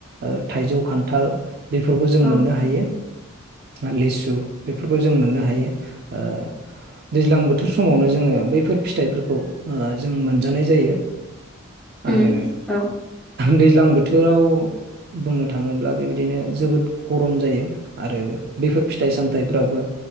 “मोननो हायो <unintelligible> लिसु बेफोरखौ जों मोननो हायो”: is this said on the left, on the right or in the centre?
Right